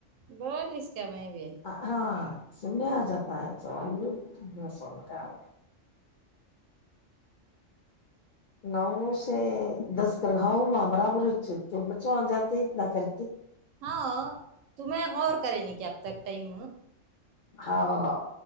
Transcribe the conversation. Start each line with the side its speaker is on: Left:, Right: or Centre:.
Right: بول اس کا بھائی بھی
Left: ہاں سننے آ جاتا ہے س ال سن کر ن سے دس کر ہاؤاں برابر ہو تو بچوںاں جاتے اتنا کر
Right: ہاں تمیں غور کری ن کیاب تک ٹائم
Left: ہاں ہاں